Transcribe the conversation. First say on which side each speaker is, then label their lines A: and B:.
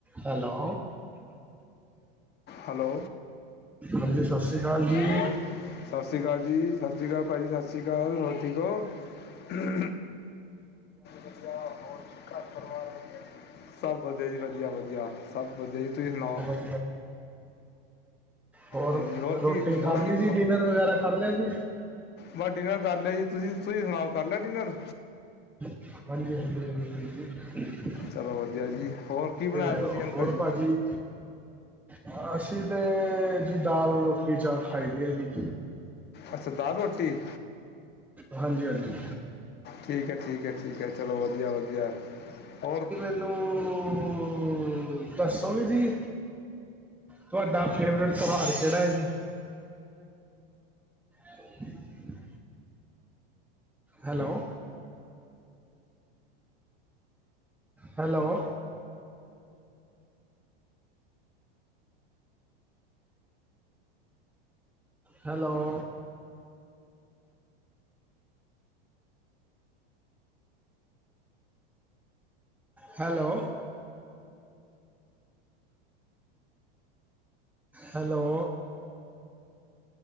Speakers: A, in the centre; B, on the left.
A: Hello.
B: Hello.
A: ਹਾਂਜੀ ਸਤਿ ਸ਼੍ਰੀ ਅਕਾਲ ਜੀ
B: <inaudible> ਸਾਸ਼੍ਰੀ ਕਾਲ ਜੀ, ਸਾਸ਼੍ਰੀ ਕਾਲ ਭਾਜੀ ਸਾਸ਼੍ਰੀ ਕਾਲ, ਹੋਰ ਠੀਕ ਓ? ਵਦੀਆ ਜੀ ਵਦੀਆ, ਹੋਰ ਜੀ ਘਰ ਪਰਿਵਾਰ ਵਦੀਆ ਜੀ? ਸਬ ਵਦੀਆ ਜੀ ਵਦੀਆ, ਵਦੀਆ ਸਬ ਵਦੀਆ ਜੀ, ਤੂਸੀ ਸੁਨਾਓ?
A: <unintelligible> ਹੋਰ
B: ਹਾਂਜੀ
A: ਰੋਟੀ
B: ਕੀ
A: ਖਾਲੀ
B: ਹੋਰ ਕੀ
A: ਜੀ, ਡਿਨਰ ਵਗੈਰਾ ਕਰ ਲੇਆ ਜੀ?
B: ਬਸ ਡਿਨਰ ਕਰ ਲੇਆ ਜੀ, ਤੂਸੀ, ਤੂਸੀ ਸੁਨਾਓ ਕਰ ਲੇਆ ਡਿਨਰ?
A: ਹਾਂਜੀ, ਹਾਂਜੀ, ਹਾਂਜੀ, ਹਾਂਜੀ।
B: ਚਲੋ ਵਧੀਆ ਜੀ ਹੋਰ ਕੀ ਬਣਾਇਆ
A: ਤੇ
B: ਤੁਸੀਂ ਅੰਕਲ
A: ਹੋਰ
B: ਜੀ
A: ਪਾਜੀ, ਬਾਸ ਅਸੀ ਤੇ--ਜੀ ਦਾਲ ਰੋਟੀ ਜਾਦਾ ਖਾਈਦੀ ਏ ਜੀ।
B: ਅੱਛਾ ਦਾਲ ਰੋਟੀ
A: ਹਾਂਜੀ-ਹਾਂਜੀ।
B: ਠੀਕ ਐ-ਠੀਕ ਐ-ਠੀਕ ਐ ਚਲੋ ਵਦੀਆ-ਵਦੀਆ, ਹੋਰ
A: ਲੋਅ ਦੱਸੋ ਵੀ ਜੀ, ਤੁਆਡਾ ਫੇਵਰੇਟ ਤਿਓਹਾਰ ਕੇੜਾ ਐ ਜੀ। <inaudible> Hello, hello. Hello. <inaudible> Hello. Hello.